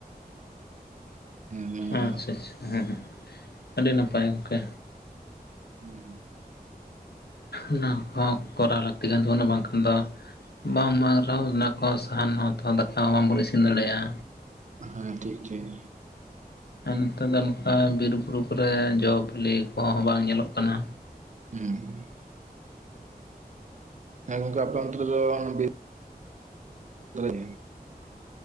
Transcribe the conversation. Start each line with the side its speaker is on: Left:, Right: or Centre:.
Right: ᱦᱮᱸ ᱱᱚᱣᱟ
Left: ᱟᱪᱪᱷᱟ ᱟᱪᱪᱷᱟ ᱦᱮᱸ ᱦᱮᱸ ᱟᱹᱰᱤ ᱱᱟᱯᱟᱭ ᱜᱚᱝᱠᱮ
Right: ᱦᱮᱸ ᱦᱮᱸ
Left: ᱚᱱᱟ ᱦᱚᱸ ᱠᱚᱨᱟᱣ ᱞᱟᱹᱠᱛᱤ ᱠᱟᱱ ᱛᱟᱵᱚᱱᱟ ᱵᱟᱝᱠᱷᱟᱱ ᱫᱚ ᱵᱟᱝ ᱢᱟᱜᱽᱨᱟᱣ ᱚᱱᱟ ᱠᱚ ᱥᱟᱦᱟᱱ ᱦᱚᱸ ᱛᱚ ᱫᱟᱠᱟ ᱦᱚᱸ ᱵᱟᱵᱚᱱ ᱤᱥᱤᱱ ᱫᱟᱲᱮᱭᱟᱜ-ᱟ
Right: ᱦᱮᱸ ᱴᱷᱤᱠ ᱴᱷᱤᱠ
Left: ᱟᱨ ᱱᱮᱛᱟᱨ ᱫᱚ ᱱᱚᱝᱠᱟ ᱵᱤᱨ ᱵᱩᱨᱩ ᱠᱚᱨᱮ ᱡᱚ ᱵᱤᱞᱤ ᱠᱚᱦᱚᱸ ᱵᱟᱝ ᱧᱮᱞᱚᱜ ᱠᱟᱱᱟ
Right: ᱦᱮᱸ ᱦᱮᱸ ᱜᱚᱝᱠᱮ ᱟᱯᱮ ᱚᱱᱛᱨᱮ ᱫᱚ <inaudible>